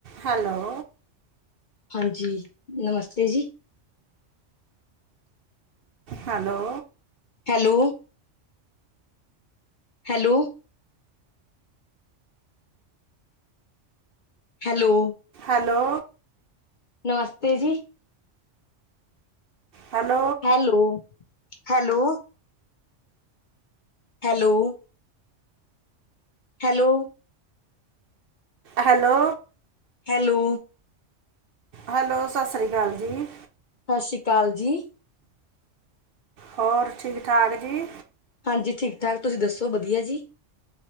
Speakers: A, on the right (about 55°); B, on the left (about 50°).
A: Hello
B: ਹਾਂਜੀ ਨਮਸਤੇ ਜੀ
A: hello
B: hello hello hello
A: hello.
B: ਨਮਸਤੇ ਜੀ।
A: Hello.
B: Hello hello. Hello. Hello.
A: Hello.
B: Hello.
A: Hello Sat Sri ਅਕਾਲ ਜੀ।
B: ਸਤਿ ਸ਼੍ਰੀ ਅਕਾਲ ਜੀ।
A: ਹੋਰ ਠੀਕ ਠਾਕ ਜੀ।
B: ਹਾਂਜੀ ਠੀਕ ਠਾਕ ਤੁਸੀਂ ਦੱਸੋ ਵਧੀਆ ਜੀ।